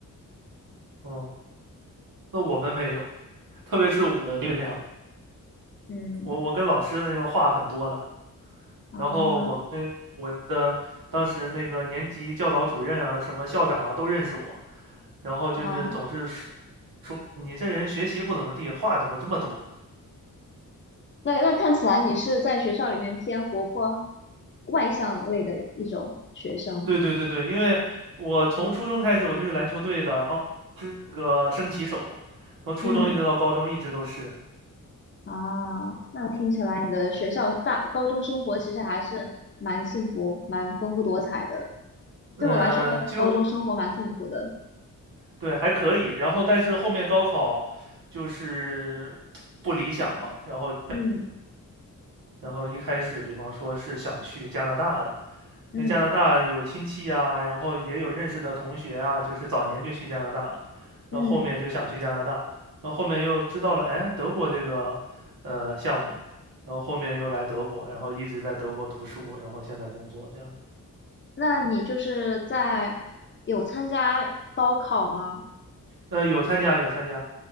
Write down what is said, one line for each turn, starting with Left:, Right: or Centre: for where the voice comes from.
Right: 哦，那我们没有，特别是我是这样的，
Left: 嗯
Right: 我我跟老师的那个话很多的，
Left: 啊
Right: 然后我们我的当时那个年级教导主任啊，什么校长啊都认识我，然后就是总是说
Left: 啊，
Right: 说你这人学习不怎么地，话怎么这么多？
Left: 那那看起来你是在学校里面偏活泼外向类的一种学生。
Right: 对对对对，因为我从初中开始我就是篮球队的，然后是个升旗手，从初中一直到高中一直都是，
Left: 嗯。啊，那听起来你的学校大高中生活其实还是蛮幸福、蛮丰富多彩的。对我来说，
Right: 嗯，就
Left: 高中生活蛮痛苦的。
Right: 对还可以。然后但是后面高考就是不理想嘛，然后
Left: 嗯
Right: 然后一开始，比方说是想去加拿大的，
Left: 嗯
Right: 因为加拿大有亲戚呀，然后也有认识的同学啊，就是早年就去加拿大了，然后后面就想去加拿大，
Left: 嗯，
Right: 然后后面又知道了，哎，德国这个呃项目，然后后面又来德国，然后一直在德国读书，然后现在工作这样子。
Left: 那你就是在有参加高考吗？
Right: 呃，有参加有参加，